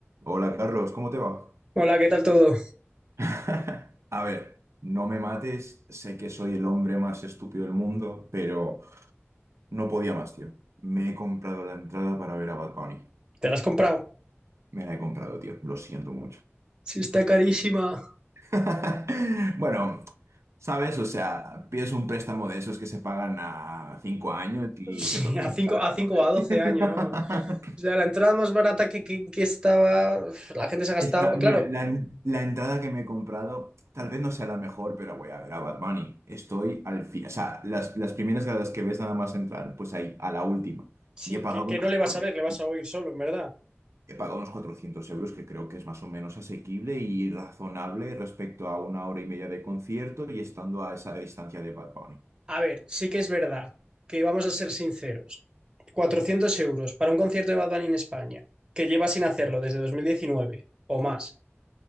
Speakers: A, on the right; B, on the right.
A: Hola Carlos, ¿cómo te va?
B: Hola, ¿qué tal todo?
A: <laughs> A ver, no me mates, sé que soy el hombre más estúpido del mundo, pero no podía más, tío. Me he comprado la entrada para ver a Bad Bunny.
B: ¿Te la has comprado?
A: Me la he comprado, tío, lo siento mucho.
B: Sí, está carísima.
A: <laughs> Bueno, ¿sabes? O sea, pides un préstamo de esos que se pagan a cinco años y
B: Sí,
A: se te olvida,
B: a 5,
A: ¿sabes?
B: a cinco
A: <laughs>
B: o a 12 años, vamos. O sea, la entrada más barata que, que- que estaba, la gente se ha gastado.
A: Está,
B: Claro,
A: mira, la, en- la entrada que me he comprado tal vez no sea la mejor, pero voy a ver a Bad Bunny. Estoy al fin, o sea, las, las primeras gradas que ves nada más entrar, pues ahí, a la última.
B: sí,
A: Y he pagado
B: que, que
A: unos
B: no le
A: cuatro,
B: vas a ver, le vas a oír solo, en verdad.
A: he pagado unos 400 euros, que creo que es más o menos asequible y razonable respecto a una hora y media de concierto y estando a esa distancia de Bad Bunny.
B: A ver, sí que es verdad que vamos a ser sinceros. cuatrocientos euros para un concierto de Bad Bunny en España, que lleva sin hacerlo desde 2019 o más.